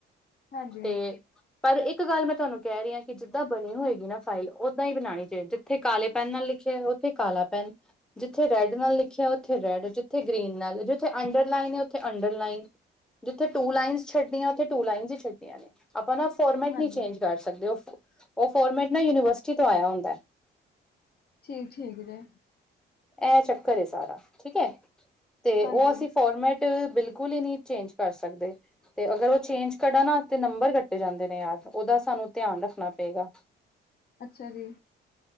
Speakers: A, on the left; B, in the centre.
A: ਹਾਂਜੀ,
B: ਤੇ ਪਰ, ਇੱਕ ਗੱਲ ਮੈਂ ਤੁਵਾਨੂੰ ਕਹਿ ਰਹੀ ਆਂ, ਕਿ ਜਿੱਦਾਂ ਬਣੀ ਹੋਏਗੀ ਨਾ ਫਾਈਲ, ਓਦਾਂ ਈ ਬਣਾਣੀ ਜੇ ਜਿੱਥੇ ਕਾਲੇ ਪੈਨ, ਨਾਲ ਲਿਖਿਆ ਹੈ ਓਥੇ ਕਾਲਾ, ਪੈਨ ਜਿੱਥੇ ਰੈਡ ਨਾਲ ਲਿਖਿਆ, ਉੱਥੇ ਰੈਡ, ਜਿੱਥੇ ਗ੍ਰਰੀਨ ਨਾਲ, ਜਿੱਥੇ ਅੰਡਰ ਲਾਈਨ ਹੈ, ਉੱਥੇ ਅੰਡਰ ਲਾਈਨ ਜਿੱਥੇ ਟੂ ਲਾਈਨਸ ਛੱਡਨੀਆ, ਉੱਥੇ ਟੂ ਲਾਈਨਸ ਹੀ ਛੱਡਨੀਆਂ ਨੇ, ਆਪਾਂ ਨਾ ਫੋਰਮੈਟ
A: ਹਾਂਜੀ
B: ਨਹੀਂ ਚੇਂਜ ਕਰ ਸਕਦੇ, ਉਹ ਉਹ ਫੋਰਮੈਟ, ਨਾ ਯੂਨੀਵਰਸਿਟੀ ਤੋਂ ਆਯਾ ਹੁੰਦਾ
A: ਠੀਕ ਠੀਕ ਜੇ
B: ਇਹ ਚੱਕਰ ਸਾਰਾ, ਠੀਕ ਹੈ, ਤੇ
A: ਹਾਂਜੀ
B: ਉਹ ਅਸੀਂ ਫੋਰਮੈਟ ਬਿਲਕੁਲ ਹੀ ਨਹੀਂ ਚੇਂਜ ਕਰ ਸਕਦੇ। ਤੇ ਅਗਰ ਉਹ ਚੇਂਜ ਕਢਾ ਨਾ ਤੇ ਨੰਬਰ ਕੱਟੇ ਜਾਂਦੇ ਨੇ ਯਾਰ, ਉਹਦਾ ਸਾਨੂੰ ਧਿਆਨ ਰੱਖਣਾ ਪਏਗਾ।
A: ਅੱਛਾ ਜੀ।